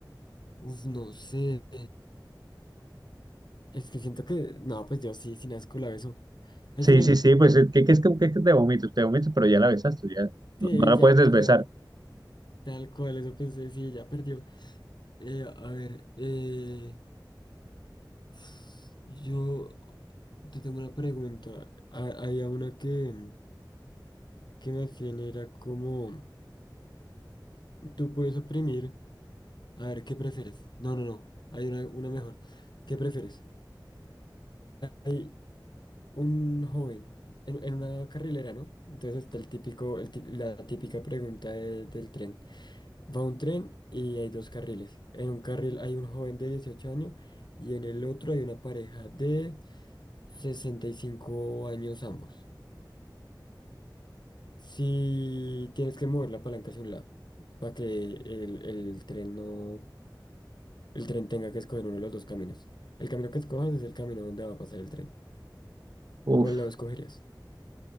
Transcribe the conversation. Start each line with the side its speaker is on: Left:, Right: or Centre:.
Left: Uf, no sé. Es que siento que, no, pues yo sí, sin asco la beso. Al
Right: sí,
Left: final,
Right: sí, sí, pues, ¿qué, qué es que, qué es que te vomitas? Te vomitas, pero ya la besaste, ya
Left: sí,
Right: no, no la
Left: ya
Right: puedes
Left: perdió.
Right: desbesar.
Left: Tal cual, eso pensé, sí, ya perdió. Eh, a ver, eh, uf, yo te tengo una pregunta. Ha- Había una que, que me hacían, era como, tú puedes oprimir. A ver, ¿qué prefieres? No, no, no, hay una, una mejor. ¿Qué prefieres? hay un joven en, en una carrilera, ¿no? Entonces está el típico, el ti- la típica pregunta de- del tren. Va un tren y hay dos carriles. En un carril hay un joven de 18 años y en el otro hay una pareja de 65 años ambos. Si tienes que mover la palanca hacia un lado para que el, el tren no, el tren tenga que escoger uno de los dos caminos. El camino que escojas es el camino donde va a pasar el tren.
Right: Uf.
Left: ¿Cuál lado escogerías?